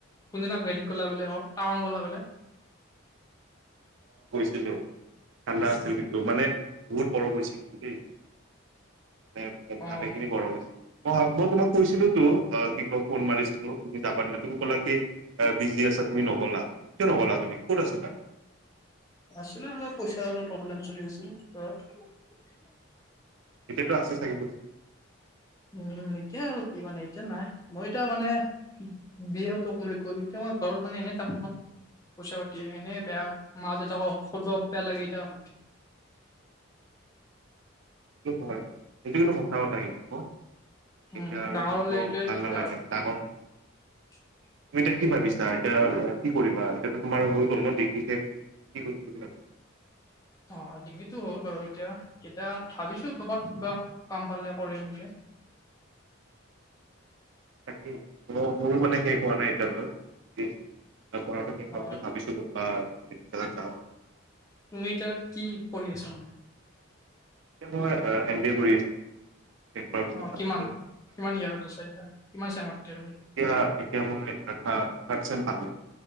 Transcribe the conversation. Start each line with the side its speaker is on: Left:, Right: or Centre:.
Left: কোনদিনা হেৰিত গলা বোলে টাওন গ'লা বোলে <inaudible>
Right: ছিলো ঠাণ্ডা আছিল কিন্তু মানে বহুত গৰম হৈছে কিন্তু দেই। মানে
Left: অ
Right: ভাত এখিনি বৰ হৈছে মই মই তোমাক কৈছিলো তো অ কি ক ফোন মাৰিছিলো তুমি যাবা নে তুমি ক'লা কি বিজি আছা তুমি গলা কিয় নগলা তুমি ক'ত আছিলা?
Left: আছিলে অলপ পইচা অলপ প্ৰব্লেম চলি আছিল ঘৰত
Right: এতিয়াতো আছে চাগে পইচা।
Left: উম এতিয়া আৰু কি মানে এতিয়া নাই মই এতিয়া মানে বি এ টো কমপ্লিট কৰিলো এতিয়া ঘৰত মানে এনেই থাকো ন। পইচা পাতি এনে বেয়া মা দেউতাক খুজিব বেয়া লাগে এতিয়া। <inaudible>
Right: সেইটো হয় সেইটো কিন্তু সঁচা কথা কিন্তু অ মানে
Left: উম
Right: এতিয়া আৰু
Left: ডাঙৰ
Right: খুজিব
Left: হলে এইটোৱে
Right: ভাল
Left: দিগদাৰ
Right: নালাগে ডাঙৰ
Left: <inaudible>
Right: তুমি এতিয়া কি ভাবিছা এতিয়া কি কৰিবা এতিয়াটো তোমাৰ হৈ গ'ল ন ডিগ্ৰী। কি কৰিম বুলি ভাবিছা।
Left: অ ডিগ্ৰীটো হ'ল বাৰু এতিয়া এতিয়া ভাবিছো কৰবাত কিবা কাম পালে কৰিম বুলি। <inaudible>
Right: তাকেই মোৰো মানে শেষ হোৱা নাই এতিয়ালৈ পঢ়ি বা পঢ়াটো শেষ
Left: অ
Right: হ'ল বুলি ভাবিছো ক'তবা ভাল জেগাত যাও
Left: তুমি এতিয়া কি পঢ়ি আছা
Right: মই এম বি এ কৰি আছো শেষ হোৱা
Left: অ
Right: পাছত
Left: কিমান কিমান ইয়াৰত আছা এতিয়া কিমান চেমত এতিয়া তুমি।
Right: এয়া এতিয়া মই থাৰ্ট চেম পাম গৈ।